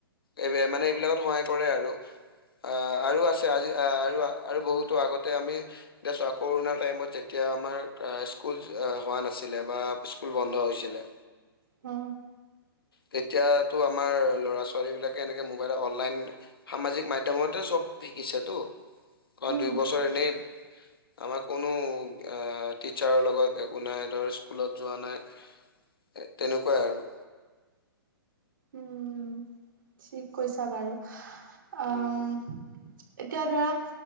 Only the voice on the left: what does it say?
এই মানে এইবিলাকত সহায় কৰে আৰু। আহ আৰু আছে আজি আহ আৰু আৰু বহুতো আগতে আমি- এতিয়া চোৱা কৰোণাৰ টাইমত যেতিয়া আমাৰ অঁ স্কুল হোৱা নাছিলে বা- স্কুল বন্ধ হৈছিলে।
তেতিয়াতো আমাৰ ল'ৰা ছোৱালী বিলাকে এনেকে মোবাইলত অনলাইন- সামাজিক মাধ্যমতে চব শিকিছেতো, কাৰণ
দুইবছৰ এনেই- আমাৰ কোনো অঁ টিচাৰৰ লগত একো নাই ধৰ স্কুলত যোৱা নাই। এ তেনেকুৱাই আৰু।
উম